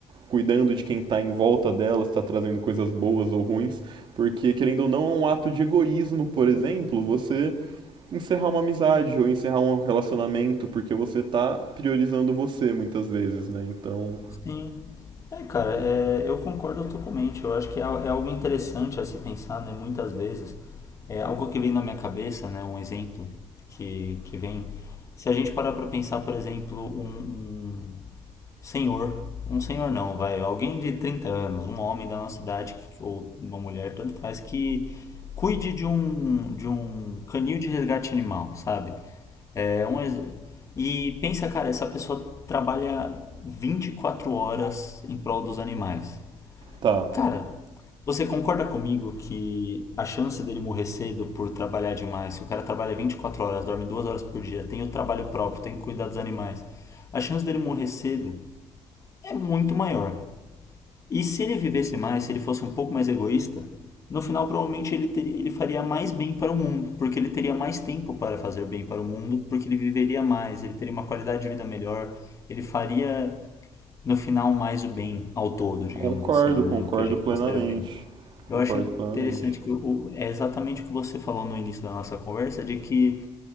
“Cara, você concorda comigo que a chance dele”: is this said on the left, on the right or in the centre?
Left